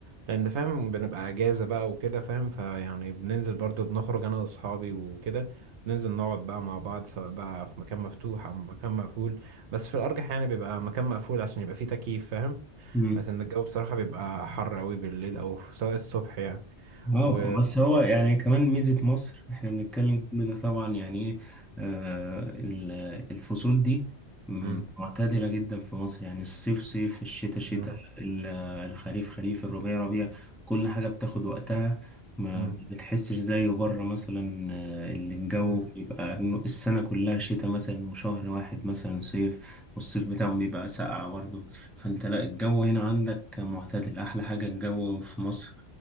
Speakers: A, on the right; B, in the centre.
A: لان فاهم بنبقى اجازه بقى وكده فاهم فيعني بننزل برضو بنخرج انا واصحابي وكده ننزل نقعد بقى مع بعض سواء بقى في مكان مفتوح او مكان مقفول بس في الارجح يعني بيبقى مكان مقفول عشان يبقى فيه تكييف فاهم
B: امم
A: بس ان الجو بصراحه بيبقى حر قوي بالليل او سواء الصبح يعني
B: اه
A: و
B: بس هو يعني كمان ميزة مصر احنا بنتكلم كل ده طبعا يعني ايه آه، ال- الفصول دي م-
A: مم.
B: معتدلة جدا في مصر يعني الصيف صيف الشتاء شتاء
A: مم.
B: ال- الخريف خريف الربيع ربيع كل حاجة بتاخد وقتها ما
A: مم.
B: بتحسش زي بره مثلا آه، اللي الجو
A: مم.
B: بيبقى إنه السنة كلها شتاء مثلا وشهر واحد مثلا صيف والصيف بتاعهم بيبقى ساقع برضه فانت لا الجو هنا عندك معتدل احلى حاجة الجو في مصر